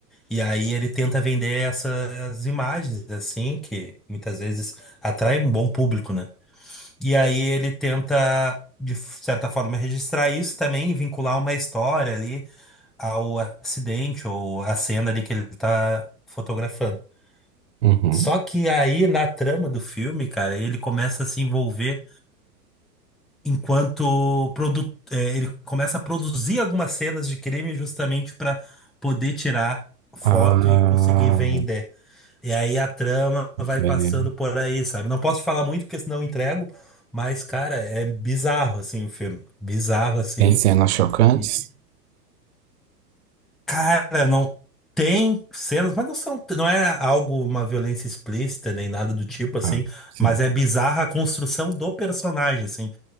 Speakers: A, in the centre; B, on the right.
A: e aí ele tenta vender essas imagens, assim, que muitas vezes atraem um bom público, né? E aí ele tenta, de certa forma, registrar isso também, e vincular uma história ali ao acidente ou à cena ali que ele tá fotografando.
B: Uhum.
A: Só que aí, na trama do filme, cara, ele começa a se envolver enquanto produ- eh, ele começa a produzir algumas cenas de crime justamente para poder tirar foto
B: Ah,
A: e conseguir vender. E aí a trama vai
B: velho.
A: passando por aí, sabe? Não posso te falar muito porque senão eu entrego, mas cara, é bizarro assim o filme, bizarro assim.
B: Tem cenas chocantes?
A: E cara, não tem cenas, mas não são, não é algo uma violência explícita nem nada do tipo assim,
B: Ah, sim.
A: mas é bizarra a construção do personagem assim,